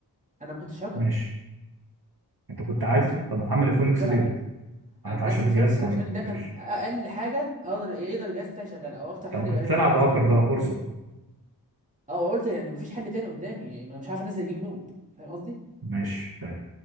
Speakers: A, on the right; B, on the right.
A: انا ما كنتش هاكر
B: ماشي انت كنت عادي
A: انا ما كنتش هاكر
B: طب محمل
A: انا
B: فونكس
A: كنت بلعب
B: ليه
A: عادي
B: قعدت
A: انا منزل
B: عشان
A: الفينكس
B: الجهاز ضعيف
A: عشان ده كان
B: ماشي
A: اقل حاجه اقدر يقدر الجهاز بتاعي يشغلها او اكتر حاجه
B: طب ما كنت
A: يقدر
B: تلعب
A: الجهاز
B: بأكر
A: بتاعي
B: بقى
A: يشغلها
B: فرصة
A: اه قلت يعني مفيش حل تاني قدامي ما أنا مش عارف انزل جيم لود فاهم قصدي
B: ماشي طيب.